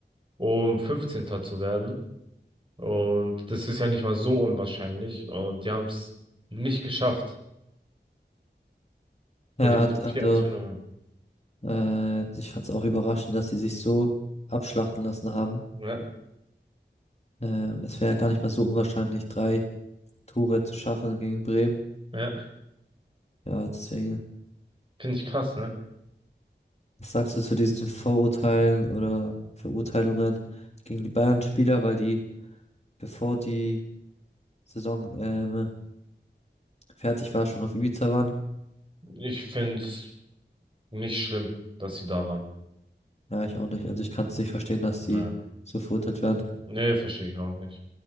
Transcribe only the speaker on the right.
um 15. zu werden. Und das ist ja nicht mal so unwahrscheinlich. Und die haben es nicht geschafft,
weil die halt
vier
1 verloren haben.
Ja,
ja,
finde ich krass, ne?
Ich finde es Nicht schlimm, dass sie da waren.
Ja.
Nee, verstehe ich auch nicht.